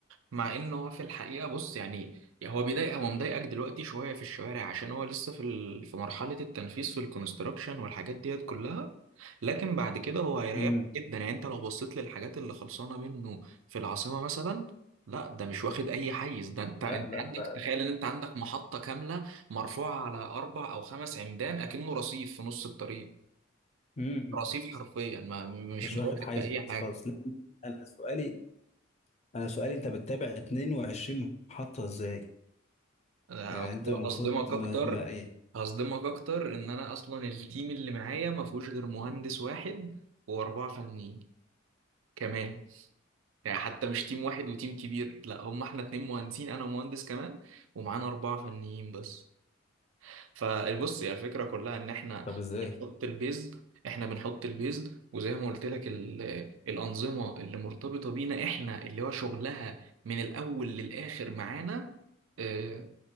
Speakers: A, on the right (about 80°); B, on the left (about 35°).
A: مع ان هو في الحقيقه بص يعني يعني هو بيضايق هو مضايقك دلوقتي شويه في الشوارع عشان هو لسه في ال... في مرحله التنفيذ في الكونستراكشن والحاجات ديت كلها لكن بعد كده هو هيريحك
B: مم.
A: جدا يعني انت لو بصيت للحاجات اللي خلصانه منه في العاصمه مثلا لا ده مش واخد اي حيز ده انت
B: لا
A: انت
B: لا
A: عندك
B: بقى.
A: تخيل ان انت عندك محطه كامله مرفوعه على اربع او خمس عمدان اكنه رصيف في نص الطريق
B: مم. مم.
A: رصيف
B: مش
A: حرفيا ما مش
B: مش
A: مضايقك
B: واخد حيز
A: في اي حاجه
B: خالص لا أنا سؤالي أنا سؤالي أنت بتتابع 22 محطة إزاي؟
A: انا
B: يعني
A: هصد-
B: أنت المفروض
A: هصدمك اكتر
B: ما... ما... إيه؟
A: هصدمك اكتر ان انا اصلا التيم اللي معايا ما فيهوش غير مهندس واحد واربعه فنيين كمان يعني حتى مش تيم واحد وتيم كبير لا هم احنا اتنين مهندسين انا ومهندس كمان ومعانا اربعه فنيين بس فبص هي الفكره كلها ان احنا
B: طب إزاي؟
A: بنحط البيز احنا بنحط البيز وزي ما قلت لك ال- الانظمه اللي مرتبطه بينا احنا اللي هو شغلها من الاول للاخر معانا آه،